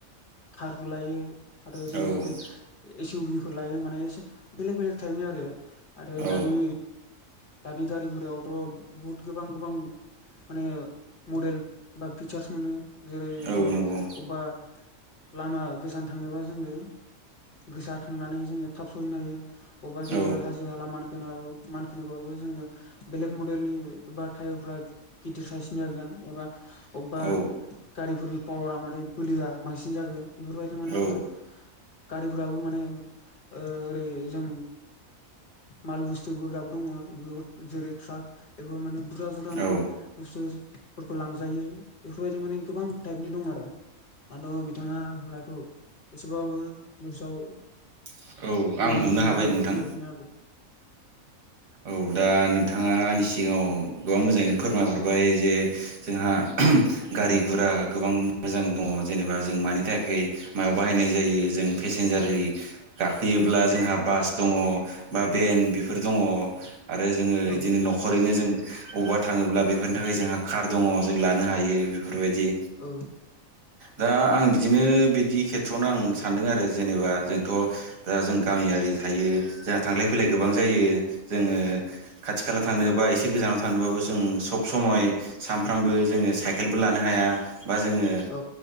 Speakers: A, on the left (about 45°); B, on the right (about 80°).
A: कारबो लायो आरो
B: औ
A: जोङो बेस इउ बि फोर लायो माने एसे बेलेक बेलेक टाइपनि आरो आरो
B: औ
A: दानि दानि गारिगुरियावथ' बहुद गोबां गोबां माने मडेल बा फिचार्स मोनो जेरै
B: औ
A: जोङो
B: नंगौ
A: अबेबा लामा गोजान थांनोबा जोङो गोसा थांनानै जोङो थाब सहैनो हायो अबेबा जोङो
B: औ
A: हाजो हाला मानखोनाबो मानखोनोबो जोङो बेलेग मडेलनि बा टायारफ्रा गिदिर साइसनि जागोन एबा अबेबा
B: औ
A: गारिफोरनि पावारा माने बोलोआ बांसिन जा गोन बेफोरबायदि माने
B: औ
A: आरो गारिफोराबो माने ओ ओरै जों माल बुस्थु बोग्राबो दङ बेफोर जेरै ट्राक बेफोर माने बुरजा बुरजा माल
B: औ
A: बुसथुफोरखौ लांजायो बेफोरबायदि माने गोबां टाइपनि दं आरो दाथ' बिथां नङा होननायखौ एसेबाबो गोसोआव
B: औ आं
A: मोजां
B: हमनो
A: मोनदोंबा
B: हाबाय नोंथां
A: फोरमायफिननो हागोन
B: औ दा नोंथाङा आंनि सिगाङाव गोबां मोजाङैनो फोरमायहर ओमफाय जे जोंहा गारि गुरा गोबां मोजां दङ जेनेबा जों मानि थाखाय मायाव बाहायनाय जायो जों पेसेन्जार गाखोयोब्ला जोंहा बास दङ बा बेन्ड बेफोर दङ आरो जोङो बिदिनो
A: औ
B: न'खरैनो जों बबावबा थाङोब्ला बेफोरनि थाखाय जोंहा कार दङ जों लानो हायो बेफोरबायदि
A: औ
B: दा आं बिदिनो बिदि थ्रआवनो आं सानदों आरो जेनेबा जोंथ' दा जों गामियारि थायो जोंहा थांलाय फैलाय गोबां जायो जोङो खाथि खाला थांनो बा एसे खा गोजानाव थांनोबाबो जों सब समय सानफ्रामबो जोङो साइकेलबो लानो हाया बा जोङो
A: औ